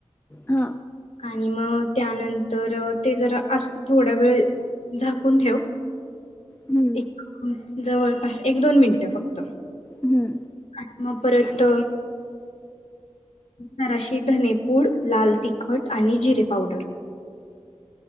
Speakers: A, on the left; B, on the left.
A: हा
B: आणि मग त्यानंतर ते जरा अस थोडा वेळ झाकून ठेव,
A: हम्म
B: एक जवळपास एक दोन मिनटं फक्त.
A: हम्म
B: आणि मग परत जराशी धनेपूड लाल तिखट आणि जिरे पावडर